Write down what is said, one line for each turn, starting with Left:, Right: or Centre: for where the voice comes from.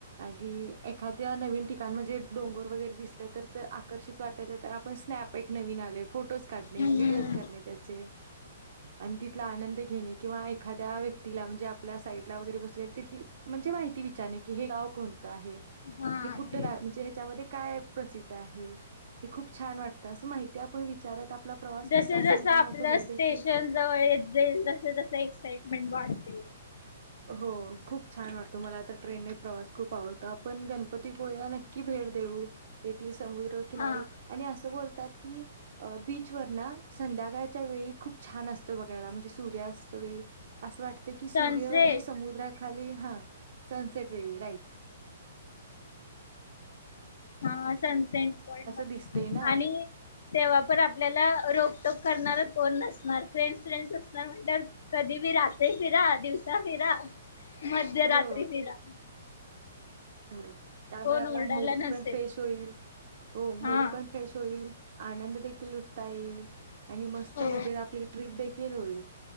Right: आणि एखाद्या नवीन ठिकाण म्हणजे डोंगर वगैरे दिसल तर, आकर्षित वाटलं तर आपण स्नॅप एक नवीन आले. फोटोज काढणे,
Left: हम्म
Right: व्हिडिओज करणे त्याचे, आणि तिथला आनंद घेणे किंवा एखाद्या व्यक्तीला म्हणजे आपल्या साईडला वगैरे बसले तेथील म्हणजे माहिती विचारणे की हे गाव कोणतं आहे.
Left: हा.
Right: हे कुठ्ट रा म्हणजे ह्याच्यामध्ये, काय प्रसिद्ध? आहे ते खूप छान वाटत, अस माहिती आपण विचारत प्रवास
Left: जस
Right: कसा
Left: जस
Right: संपन्न
Left: आपलं
Right: होतो हे
Left: स्टेशन
Right: देखील
Left: जवळ येत जाईल तस तस एक्साइटमेंट वाढत.
Right: हो खूप छान वाटतो मला तर ट्रेनने प्रवास खूप आवडतो. आपण गणपतीपुळेला नक्की भेट देऊ. <unintelligible> समुद्र किनारी
Left: हा
Right: आणि अस बोलतात की, बीचवर ना संध्याकाळी, च्या वेळी खूप छान असतं बघायला म्हणजे सूर्यास्त च्या वेळी अस वाटतं की, सुर्य
Left: सनसेट
Right: ह म्हणजे समुद्रात खाली हा सनसेट वेळी राइट.
Left: हा सनसेट पॉइंट बघायला
Right: दिसतंय ना
Left: <unintelligible> आणि तेव्हा पण आपल्याला रोखटोक करणार कोण नसणार. फ्रेंडस -फ्रेंड्स असणार म्हटल्यावर कधी बी रात्री फिरा, दिवसा फिरा. मध्यरात्री
Right: हो
Left: फिरा.
Right: हो <inaudible> त्यामुळे
Left: कोण
Right: आपला
Left: ओरडायला
Right: मूड
Left: नसेल
Right: पण फ्रेश होईल. हो मूड
Left: हा
Right: पण फ्रेश होईल. आनंद दे लुटता येईल आणि मस्त
Left: हो
Right: मजेत आपली ट्रिप देखील होईल.